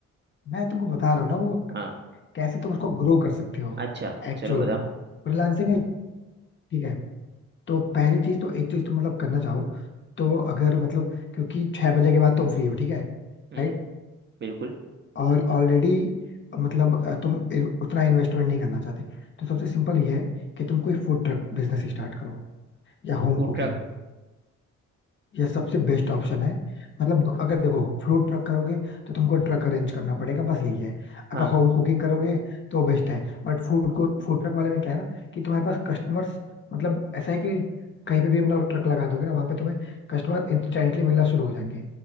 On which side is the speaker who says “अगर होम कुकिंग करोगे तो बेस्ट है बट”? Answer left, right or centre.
Left